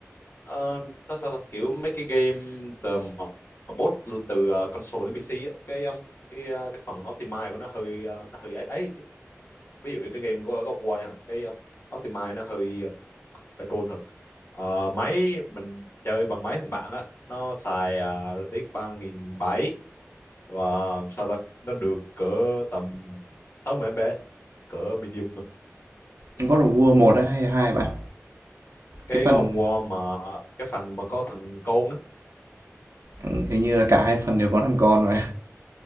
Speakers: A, on the left; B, on the right.
A: Ờ, nó sao ta kiểu mấy cái game từ mà- mà bot từ ờ, console đến PC á cái ờ, cái ờ, cái phần optimize của nó hơi ờ, nó hơi ấy ấy ví dụ như cái game của God of War nha cái ờ, optimize nó hơi ờ, phải troll thật Ờ, máy mình chơi bằng máy thằng bạn á nó xài uh, rờ tê ích ba nghìn bảy và sao ta nó được cỡ tầm 60 FPS cỡ medium thôi.
B: God of War một á hay 2 bạn?
A: cái
B: Cái phần
A: God of War mà cái phần mà có thằng côn á
B: ừm, hình như là cả hai phần đều có thằng con mà.